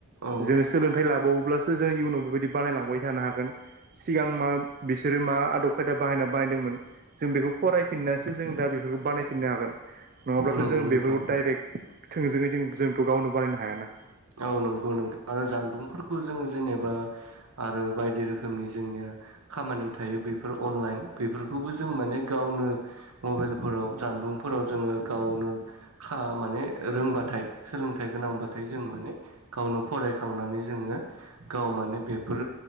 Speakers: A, on the right (about 80°); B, on the right (about 40°).
A: औ
B: जोङो सोलोंथाइ लाबावोब्ला जों इयुनाव बेबायदि बानायलांबाय थानो हागोन सिगां मा बिसोरो मा आदब खायदा बाहायना बानायदोंमोन जों बेखौ फरायफिननानैसो जों दा बे बानायफिननो हागोन नङाब्लाथ'
A: नंगौ
B: जों
A: नोंथां
B: बेफोरखौ डाइरेक्ट थोंजोङै जों जोंथ' गावनो बानायनो हायाना
A: औ नंगौ नोंथां आरो जानबुंफोरखौ जोङो जेनेबा आरो बायदि रोखोमनि जोंनि खामानि थायो बेफोर अनलाइन बेफोरखौबो जों माने गावनो मबाइलफोराव ज सान्दुंफोराव जोङो गावनो मान रोंबाथाय सोलोंथाइ गोनां थार जों माने गावनो फरायखांनानै जोङो गाव माने बेफोर